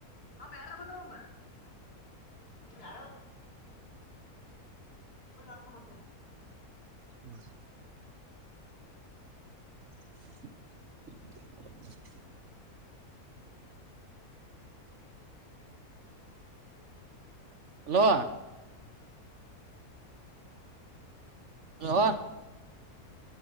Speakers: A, on the left; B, on the right.
A: ಹ ಮಾರ ಬದಮ್ಮ ಯಾರ ಯ ಮ
B: ಬ <inaudible> ಹಲೋ ಹಲೋ